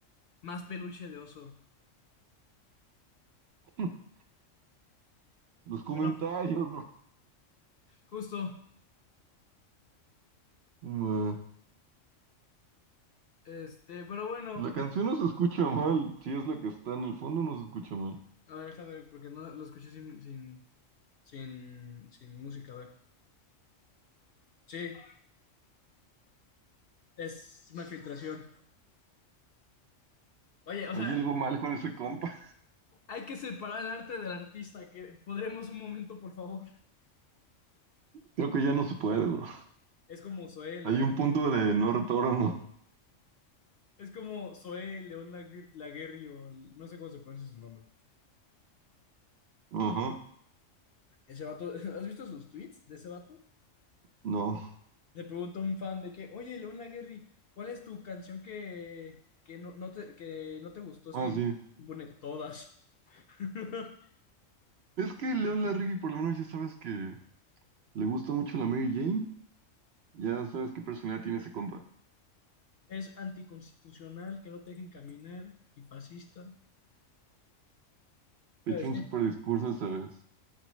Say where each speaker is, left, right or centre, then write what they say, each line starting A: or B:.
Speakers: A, on the left (about 60°); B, on the right (about 65°).
A: más peluche de oso.
B: <laughs> Los comentarios,
A: Bueno, justo,
B: bro.
A: este, pero bueno,
B: La canción no se escucha mal, si es la que está en el fondo no se escucha mal.
A: <laughs> a ver, déjame ver, porque no la- lo escuché sin, sin, sin, sin música, a ver. Sí, es una filtración. Oye, o
B: Hay
A: sea,
B: algo mal con ese compa.
A: hay que separar el arte del artista, que podremos un momento, por favor.
B: <laughs> Creo que ya no se puede, bro.
A: Es como Zoé, Le-
B: Hay un
A: León
B: punto
A: La-
B: de no retorno.
A: es como Zoé León Laguir- Laguerri, o el- no sé cómo se pronuncia su nombre.
B: Ajá,
A: Ese vato, <laughs> ¿has visto sus tweets de ese vato?
B: no.
A: Le pregunta a un fan de que, oye, León Laguerri, ¿cuál es tu canción que, que, no, no te, que no te gustó escribir?
B: Ah, sí.
A: Y pone todas. <laughs>
B: Es que León Larregui por lo menos ya sabes que le gusta mucho la Mary Jane. Ya sabes qué personalidad tiene ese compa.
A: Es anticonstitucional, que no te dejen caminar y fascista. Te
B: Te
A: Iba
B: echó
A: a decir.
B: un super discurso esa vez.